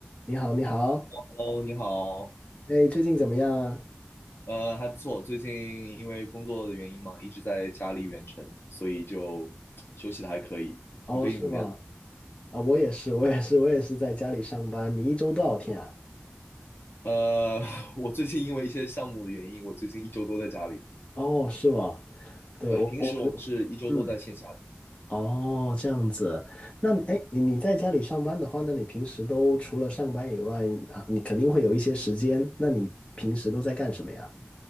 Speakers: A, on the left; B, on the left.
A: 你好，你好，
B: Hello，你好，
A: 哎，最近怎么样？
B: 呃，还不错。最近因为工作的原因嘛，一直在家里远程，所以就休息的还可以。
A: 哦，
B: 你最近怎么样？
A: 是吗？啊，我也是，我也是，我也是在家里上班。你一周多少天啊？
B: 呃，<laughs> 我最近因为一些项目的原因，我最近一周都在家里。
A: 哦，是吗？对，
B: 对，
A: 我我
B: 平时我们是一周都在线下的。
A: 嗯，哦，这样子。那哎，
B: 嗯，
A: 你你在家里上班的话，那你平时都除了上班以外啊，你肯定会有一些时间。那你平时都在干什么呀？